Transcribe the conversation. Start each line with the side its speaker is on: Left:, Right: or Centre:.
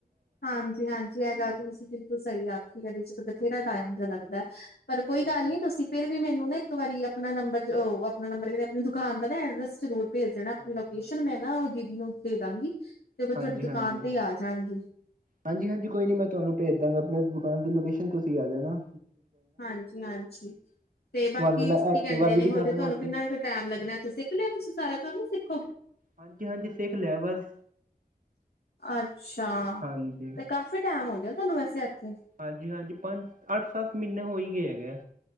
Left: ਹਾਂਜੀ-ਹਾਂਜੀ, ਇਹ ਗਾੱਲ
Right: ਹਾਂਜੀ,
Left: ਤੇ ਤੁਸੀਂ ਬਿਲਕੁਲ ਸਹੀ ਆਖੀ ਇਹਦੇ ਚ ਤੇ ਬਥੇਰਾ
Right: ਹਾਂਜੀ,
Left: ਟੈਮ ਤੇ ਲੱਗਦਾ। ਪਰ ਕੋਈ
Right: ਹਾਂਜੀ-ਹਾਂਜੀ,
Left: ਗੱਲ ਨੀ ਤੁਸੀਂ ਫੇਰ ਵੀ ਮੈਨੂੰ ਨਾ, ਇੱਕ ਵਾਰੀ ਆਪਣਾ ਨੰਬਰ ਉਹ ਆਪਣਾ ਨੰਬਰ ਕਹਿੰਦੇ, ਆਪਣੀ ਦੁਕਾਨ ਦਾ ਨਾ ਐਡਰੈਸ ਜ਼ਰੂਰ। ਭੇਜ ਦੇਣਾ ਆਪਣੀ
Right: ਹਾਂਜੀ-ਹਾਂਜੀ,
Left: ਲੋਕੇਸ਼ਨ ਮੈਂ ਨਾ ਉਹ ਦੀਦੀ ਨੂੰ ਦੇ ਦਾਂਗੀ, ਤੇ ਤੁਹਾਡੀ
Right: ਹਾਂਜੀ-ਹਾਂਜੀ,
Left: ਦੁਕਾਨ ਤੇ ਹੀ ਆ ਜਾਣਗੇ।
Right: ਹਾਂਜੀ-ਹਾਂਜੀ, ਕੋਈ ਨੀ ਮੈਂ ਤੁਹਾਨੂੰ ਭੇਜ ਦਾਂਗਾ, ਆਪਣੇ ਦੁਕਾਨ ਦੀ ਲੋਕੇਸ਼ਨ ਤੁਸੀਂ ਆ ਜਾਨਾ।
Left: ਹਾਂਜੀ-ਹਾਂਜੀ, ਤੇ ਬਾਕੀ
Right: ਤੁਹਾਨੂੰ ਮੈਂ
Left: ਕੀ
Right: ਐਕਟਿਵਾ
Left: ਕਹਿੰਦੇ
Right: ਵੀ
Left: ਨੇ,
Right: ਦਿਖਾ
Left: ਹਜੇ
Right: ਦਾਂਗਾ
Left: ਤੁਹਾਨੂੰ
Right: ਉੱਥੇ
Left: ਕਿੰਨਾ ਕੁ ਟਾਈਮ ਲੱਗਣਾ ਤੇ ਸਿੱਖ ਲਿਆ ਤੁਸੀਂ ਸਾਰਾ ਕਰ ਸਿੱਖ
Right: ਹਾਂਜੀ-ਹਾਂਜੀ, ਸਿੱਖ ਲਿਆ ਬਸ
Left: ਅੱਛਾ
Right: ਹਾਂਜੀ
Left: ਤੇ ਕਾਫੀ ਟਾਈਮ ਹੋ ਗਿਆ, ਤੁਹਾਨੂੰ ਵੈਸੇ ਇੱਥੇ।
Right: ਹਾਂਜੀ-ਹਾਂਜੀ, ਪੰਜ ਅੱਠ ਸੱਤ ਮਹੀਨੇ ਹੋ ਹੀ ਗਏ ਹੈਗੇ ਆ।